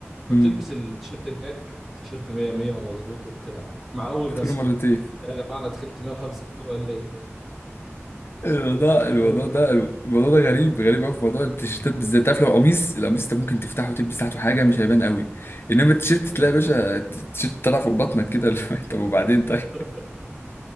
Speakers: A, in the centre; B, on the left.
A: فبتلبس
B: امم
A: التيشيرت هناك التيشيرت 100 100 ومظبوط وبتاع مع اول
B: شفت
A: غسله
B: له مرتين
A: يا جماعه انا تخنت 150 كيلو ولا ايه
B: الموضوع الموضوع
A: فاهم
B: ده الموضوع ده غريب غريب قوي في موضوع التيشيرتات بالذات عارف لو قميص القميص انت ممكن تفتحه وتلبس تحته حاجه مش هيبان قوي انما التيشيرت
A: مم.
B: تلاقي يا باشا التيشيرت طالع فوق بطنك كده <laughs> اللي هو طب وبعدين طيب
A: <laughs>